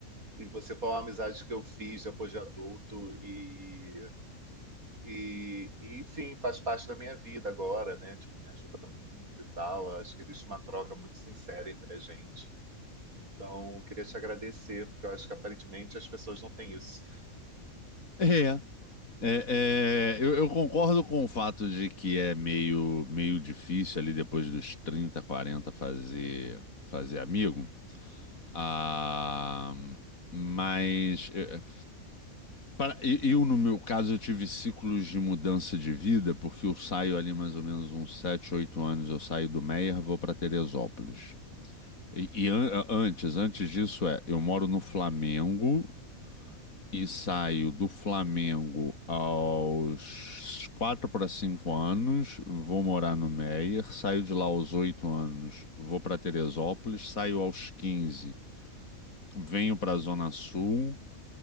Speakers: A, on the right; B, on the left.
A: E você foi uma amizade que eu fiz depois de adulto e, e, e, enfim, faz parte da minha vida agora, né? Tipo, me ajuda muito e tal. Acho que existe uma troca muito sincera entre a gente. Então, eu queria te agradecer, porque eu acho que aparentemente as pessoas não têm isso.
B: É, é, é, eu, eu concordo com o fato de que é meio, meio difícil ali depois dos 30, 40 fazer, fazer amigo. Ah, mas é, é, para, e- eu, no meu caso, eu tive ciclos de mudança de vida, porque eu saio ali mais ou menos uns 7, 8 anos. Eu saio do Meier, vou para Teresópolis. E, e an- antes, antes disso é, eu moro no Flamengo e saio do Flamengo aos 4 para 5 anos, vou morar no Meier, saio de lá aos 8 anos, vou para Teresópolis, saio aos 15, venho para a Zona Sul,